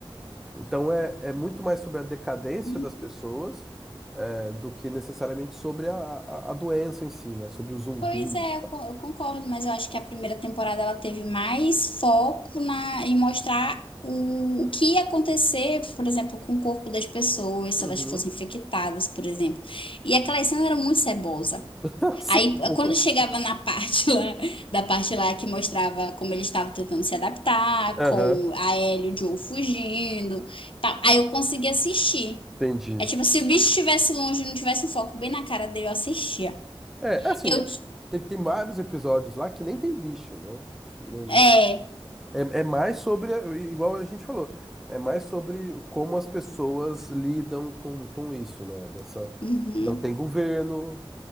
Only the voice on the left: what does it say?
Uhum.
Pois é, eu con- eu concordo, mas eu acho que a primeira temporada ela teve mais foco na, em mostrar o, o que ia acontecer, por exemplo, com o corpo das pessoas, se
elas fossem infectadas, por exemplo. E aquela cena era muito cebosa.
Aí, eh, quando chegava na parte <laughs> lá, da parte lá que mostrava como eles estavam tentando se adaptar,
com a Ellie e o Joe fugindo, e tal, aí eu conseguia assistir.
É tipo, se o bicho estivesse longe e não tivesse o foco bem na cara dele, eu assistia.
Eu,
é.
Uhum.